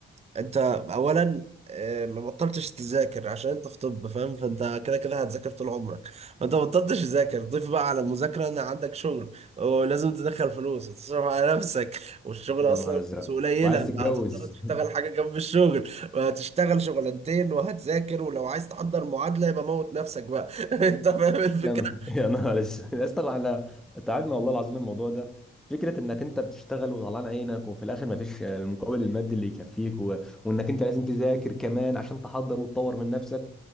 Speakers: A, on the right (about 20°); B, in the centre.
A: انت اولا آه، ما بطلتش تذاكر عشان انت في طب فاهم فانت كده كده هتذاكر طول عمرك فانت ما بطلتش تذاكر ضيف بقى على المذاكره ان عندك شغل ولازم تدخل فلوس وتصرف على نفسك والشغل
B: يا
A: اصلا
B: نهار ازرق
A: فلوسه قليله
B: وعايز تتجوز
A: فهتضطر تشتغل حاجه جنب الشغل وهتشتغل شغلانتين وهتذاكر ولو عايز تحضر معادله يبقى موت نفسك بقى <laughs> انت فاهم الفكره
B: يا نهار يا نهار اسود يا اسطى احنا تعبنا والله العظيم الموضوع ده فكره انك انت بتشتغل وطلعان عينك وفي الاخر ما فيش المقابل المادي اللي يكفيك و... وانك انت لازم تذاكر كمان عشان تحضر وتطور من نفسك